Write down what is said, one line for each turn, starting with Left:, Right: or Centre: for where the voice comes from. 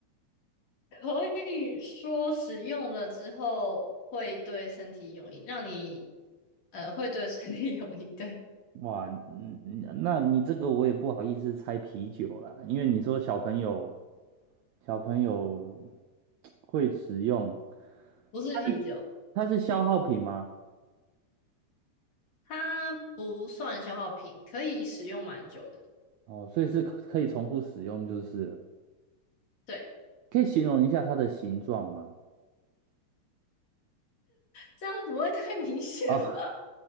Left: 可以说使用了之后会对身体有益，让你呃会对身体有益。对，
Right: 哇，嗯，嗯那你这个我也不好意思猜啤酒啦，因为你说小朋友小朋友会使用，
Left: 不是啤酒，
Right: 它是它是消耗品吗？
Left: 它不算消耗品，可以使用蛮久的。
Right: 哦，所以是可可以重复使用就是了
Left: 对，
Right: 可以形容一下它的形状吗？
Left: 这样不会太明显吧？
Right: 哦，